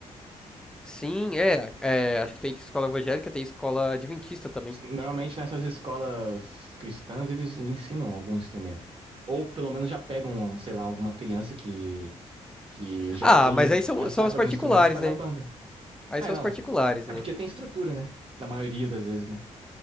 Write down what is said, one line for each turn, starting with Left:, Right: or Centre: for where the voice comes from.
Centre: sim, é, é, acho que tem escola evangélica, tem escola adventista também.
Right: Normalmente nessas escolas cristãs eles ensinam algum instrumento. Ou pelo menos já pegam, sei lá, alguma criança que que já
Centre: Ah,
Right: tem,
Centre: mas aí são,
Right: que já sabe
Centre: são as particulares,
Right: algum instrumento, faz
Centre: né?
Right: a banda.
Centre: Aí
Right: É,
Centre: são
Right: não.
Centre: as particulares,
Right: É
Centre: né?
Right: porque tem estrutura, né? Na maioria das vezes, né?